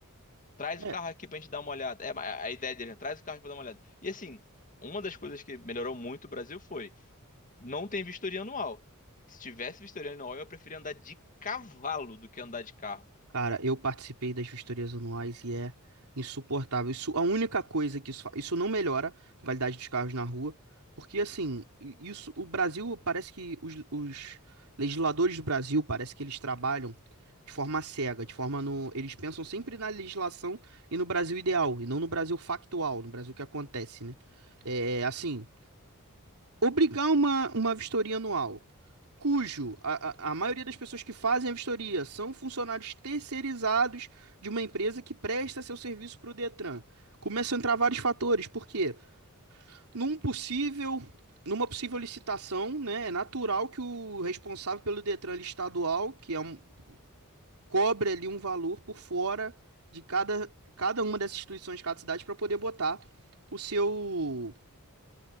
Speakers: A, on the left; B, on the right.
A: Traz
B: é,
A: o carro aqui pra gente dar uma olhada. É a a ideia dele, né? Traz o carro aqui pra dar uma olhada. E assim, uma das coisas que melhorou muito o Brasil foi não tem vistoria anual. Se tivesse vistoria anual, eu preferia andar de cavalo do que andar de carro.
B: Cara, eu participei das vistorias anuais e é insuportável. Isso, a única coisa que isso, fa- isso não melhora a qualidade dos carros na rua, porque assim, i- isso, o Brasil parece que os, os legisladores do Brasil parece que eles trabalham de forma cega, de forma no, eles pensam sempre na legislação e no Brasil ideal, e não no Brasil factual, no Brasil que acontece, né? É, assim, obrigar uma, uma vistoria anual cujo a, a, maioria das pessoas que fazem a vistoria são funcionários terceirizados de uma empresa que presta seu serviço para o Detran. Começam a entrar vários fatores, porque num possível, numa possível licitação, né, é natural que o responsável pelo Detran estadual, que é um, cobre ali um valor por fora de cada, cada uma dessas instituições, de cada cidade, para poder botar o seu